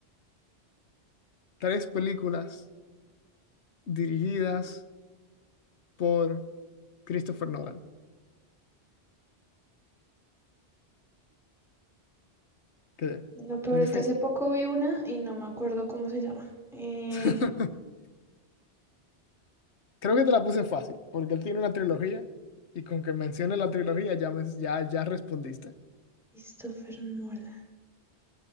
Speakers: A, on the left (about 75°); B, in the centre.
A: tres películas dirigidas por Christopher Nolan. ¿Qué?
B: Lo peor
A: Muy difícil.
B: es que hace poco vi una y no me acuerdo cómo se llama. Eh,
A: <laughs> Creo que te la puse fácil, porque él tiene una trilogía y con que mencione la trilogía ya, men- ya, ya respondiste.
B: Christopher Nolan,